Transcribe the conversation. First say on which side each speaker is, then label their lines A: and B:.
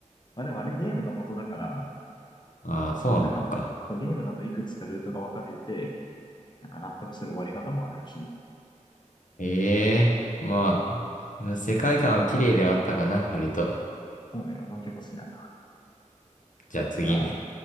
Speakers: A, on the left; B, on the left.
A: まあ、でもあれゲームが元だから、
B: ああ、そうなのか。
A: なんか、ゲームだといくつかルートが分かれてて、なんか納得する終わり方もあるらしい。
B: ええまあ、世界観は綺麗ではあったかな、割と。
A: そうね、俺は結構好きだった
B: じゃあ次ね。
A: さ